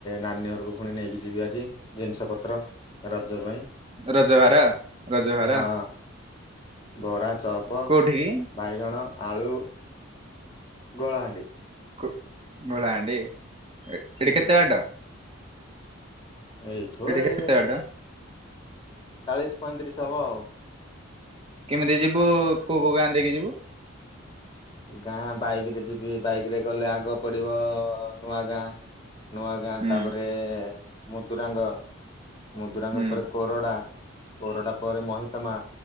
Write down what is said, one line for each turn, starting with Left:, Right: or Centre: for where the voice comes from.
Left: ନାନୀ ଘରକୁ ପୁଣି ନେଇକି ଯିବି ଆଜି ଜିନିଷ ପତ୍ର ରଜ ପାଇଁ।
Right: ରଜଭାର ରଜଭାର?
Left: ହଁ ବରା, ଚପ,
Right: କୋଉଠିକି?
Left: ବାଇଗଣ। ଆଳୁ। ଗୋଳହାଣ୍ଡି।
Right: କ ଗଡ଼ ହାଣ୍ଡି? ଏ ଏଠୁ
Left: ହୁଁ
Right: କେତେ ବାଟ?
Left: ଏଇଠୁ
Right: ଏଠି
Left: ଏ
Right: କେତେ ବାଟ?
Left: ଚାଳିଶ ପଇଁତିରିଶ ହବ ଆଉ।
Right: କେମିତି ଯିବୁ କୋଉ କୋଉ ଗାଁ ଦେଇକି ଯିବୁ?
Left: ଗାଁ ବାଇକ ରେ ଯିବି। ବାଇକରେ ଗଲେ ଆଗ ପଡିବ ନୂଆ ଗାଁ। ନୂଆ ଗାଁ
Right: ହୁଁ
Left: ତାପରେ। ମୁଦୁରାଙ୍ଗ। ମଦୁରାଙ୍ଗ
Right: ହୁଁ
Left: ପରେ କୋରଡ଼ା। କୋରଡ଼ା ପରେ ମହିତମା।